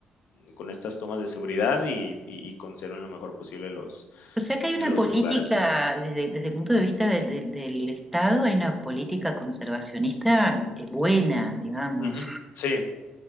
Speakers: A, on the left; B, in the centre.
A: con estas tomas de seguridad y, y- y conserven lo mejor posible los,
B: O sea que hay una
A: los
B: política,
A: lugares, ¿no?
B: desde, desde el punto de vista del, del- del Estado, hay una política conservacionista eh, buena, digamos.
A: Ujú, Sí,